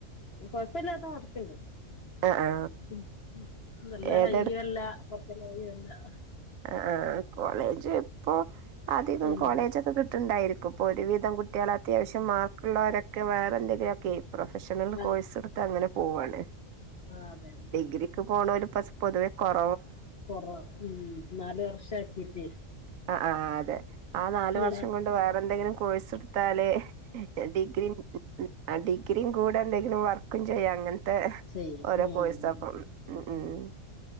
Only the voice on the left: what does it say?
കൊഴപ്പ ല്ലാത്തമാർക്ക് ഉണ്ട്
ഉം നല്ല
ഹൈയ്യും അല്ല പറ്റ ലോയും അല്ല. ല്ല ആഹ്
ഉം
ആഹ്
ആഹ് അതെ അതെ
കൊറ ഉം നാല് വർഷാക്കീറ്റ്
അല്ല
ചെയ്യാം
ഉം
അതന്നെ